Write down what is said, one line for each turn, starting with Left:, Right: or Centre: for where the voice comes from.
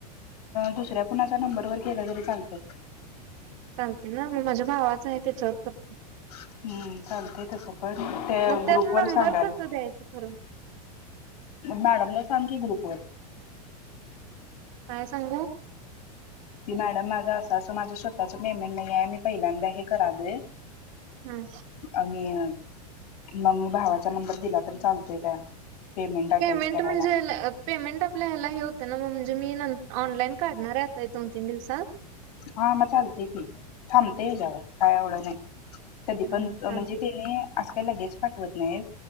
Left: दुसऱ्या कुणाच्या नंबर वर गेला तरी चालतोय!
Right: चालते ना मग माझ्या भावा जाय त्याच्यावर कर!
Left: हम्म चालतय तस! पण त्या
Right: मग त्यात
Left: ग्रुप वर
Right: नंबर
Left: सांगाल!
Right: कसं द्यायचं खरं
Left: मॅडमला सांगते ग्रुप! होय.
Right: काय सांगू?
Left: की मॅडम माझा असं असं माझं स्वतःच पेमेंट नाही आहे! मी पहिल्यांदा हे करालो
Right: हा
Left: आम्ही मग मी भावाच्या नंबर दिला तर चालतोय काय? अटॅच
Right: पेमेंट
Left: करायला
Right: म्हणजे पेमेंट आपल्या ह्याला हे होतं ना म म्हणजे मी ऑनलाईन काढणार आता दोन तीन दिवसात!
Left: हा म चालतय की थांबते याच्यावर!
Right: हा
Left: काय एवढं नाही! कधी पण
Right: हा
Left: म्हणजे
Right: चालतंय
Left: तेने अस काही लगेच पाठवत नाहीत